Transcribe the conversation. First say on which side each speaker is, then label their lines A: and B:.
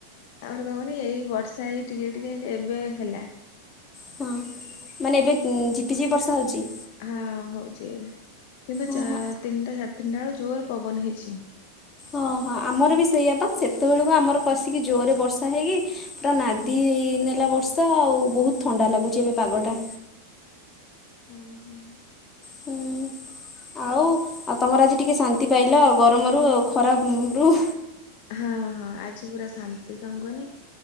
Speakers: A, on the left (about 50°); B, on the left (about 20°).
A: ଆମର କଣ କନି ଏଇ ବର୍ଷା ଏଇ ଟିକେ ଟିକେ ଏବେ ହେଲା।
B: ହଁ, ମାନେ ଏବେ ଝିପି ଝିପି ବର୍ଷା ହଉଛି।
A: ହାଁ ହଉଛି କିନ୍ତୁ
B: ଓହୋ
A: ଚାଆ ତିନଟା ସାଢ଼େ ତିନଟା ବେଳୁ ଜୋରେ ପବନ ହେଇଛି।
B: ଓହୋ ଆମର ବି ସେଇଆପା ସେତେବେଳକୁ ଆମର କସିକି ଜୋରରେ ବର୍ଷା ହେଇକି ପୁରା ନାଦି ନେଲା ବର୍ଷା ଆଉ ବହୁତ ଥଣ୍ଡା ଲାଗୁଛି ଏବେ ପାଗ ଟା।
A: ଉଁ ହୁଁ।
B: ହୁଁ ଆଉ ଆଉ ତମର ଆଜି ଟିକେ ଶାନ୍ତି ପାଇଲ ଆଉ ଗରମରୁ ଆଉ ଖରାରୁ।
A: ହଁ ହଁ ଆଜି ପୁରା ଶାନ୍ତି କଣ କୁହନି।